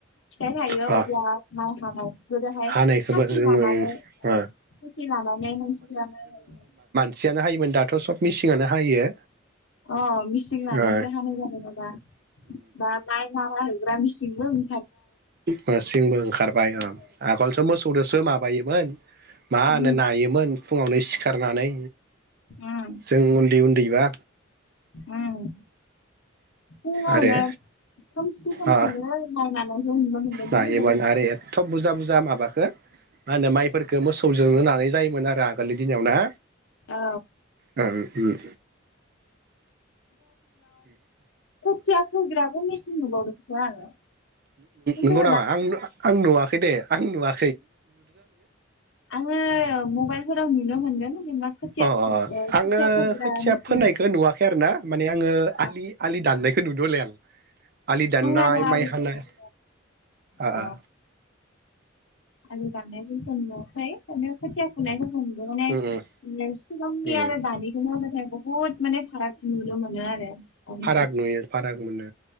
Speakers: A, on the left; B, on the right.
A: फिथाइ थायो
B: अ
A: अब्ला माइ हानाय गोदोहाय
B: हानायखौबो
A: खासि
B: जोङो
A: लानानै
B: ओ
A: औ खासि लानानै मानसिफोरा माइ हायोमोन
B: सियानो हायोमोन दाथ' सब मिसिनानो हायो।
A: अ मिसिन लानासो
B: ओ
A: हानाय जाबाय ना दा बा माइ मारा होग्रा मिसि नबो ओं
B: मिसिनबो ओंखारबाय
A: फैबाय
B: आगोलसो मोसौजोंसो माबा बायोमोन मा होनो
A: उम
B: नायोमोन फुङावनो सिखारनानै
A: उम
B: जों उन्दै - उन्दैबा
A: उम फुङावनो
B: आरो
A: खोमसि- खोमसिनो
B: ओ
A: माय नानायखौ नुनो मोनदों
B: नायोमोन
A: ना गोदो?
B: आरो एथ' बुरजा बुरजा माबाखो मा होनो माइफोरखो मोसौ जों होनानै जायोमोन आरो आगोलनि दिनाव ना।
A: औ
B: ओं उम
A: खोथिया फोग्राबो मेसिन नुबावदोंसो <unintelligible> खिन्थु
B: नंगौ नामा आं आं नुवाखै दे। आं नुवा
A: आंङो मबाइलफोराव नुनो मोनदों। जेनेबा खोथिया
B: अ
A: खोथिया
B: अ आंङो
A: फोग्रा
B: खोथिया
A: मेचिन
B: फोनायखौ नुवाखै आरो ना माने आंङो आलि-आलि
A: आं
B: दाननायखौ नुदोंहले आं। <inaudible> आलि दाननाय
A: आरो आलि
B: माइ हानाय
A: दाननाय
B: ओ
A: अ
B: ओ
A: आलि दा ननायफोरखौ नुवा खै खोथिया फुनायखौ फोरखौ नुदो माने
B: उम उम
A: सिगांनि
B: उम
A: आरो दानिखौनो माने बहुत माने फाराग नुनो मोनो आरो। दानि
B: फाराग नुयो फाराग मोनो